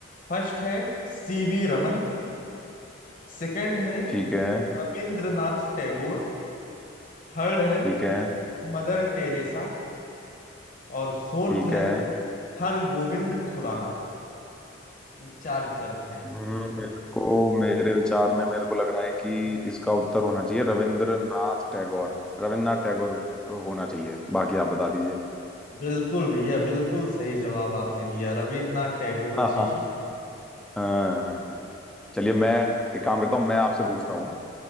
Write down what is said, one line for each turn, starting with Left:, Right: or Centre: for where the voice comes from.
Left: फर्स्ट है सीवी रमन सेकंड है
Centre: ठीक है
Left: रविंद्रनाथ टैगोर थर्ड है
Centre: ठीक है
Left: मदर टेरेसा और फोर्थ
Centre: ठीक
Left: है
Centre: है
Left: हर गोविंद खुराना ये चार विकल्प हैं आपके
Centre: हम्म, मेरे को मेरे विचार में मेरे को लग रहा है कि इसका उत्तर होना चाहिए रविंद्रनाथ टैगोर रविंद्रनाथ टैगोर होना चाहिए बाकी आप बता दीजिए
Left: बिल्कुल भैया बिल्कुल सही जवाब आपने दिया रविन्द्रनाथ टैगोर
Centre: हाँ
Left: जी
Centre: हाँ
Left: ही थे
Centre: हाँ हाँ हाँ। चलिए मैं एक काम करता हूँ मैं आपसे पूछता हूँ